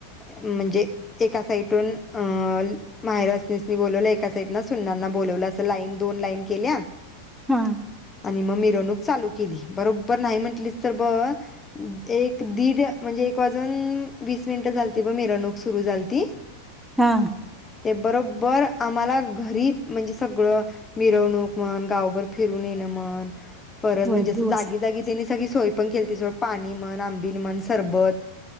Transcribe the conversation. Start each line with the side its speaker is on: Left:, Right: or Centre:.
Left: म्हणजे आ एका साईटून माहेरवासणीनी बोलवलं एका साईटला सुन्नांना बोलवलं असं लाईन दोन लाईन केल्या
Centre: हा
Left: आणि मग मिरवणूक चालू केली बरोबर नाही म्हटलीस तर बघ एक दीड म्हणजे एक वाजून वीस मिनिटं झालती बघ मिरवणूक सुरू झालती
Centre: हा
Left: ते बरोबर आम्हाला घरी म्हणजे सगळं मिरवणूक म्हण गावभर फिरून येणं म्हण परत
Centre: होय
Left: म्हणजे अस
Centre: दिवस
Left: जागी जागी त्यांनी सगळी सोय पण केलती जवळ पाणी म्हण आंबिल म्हण सरबत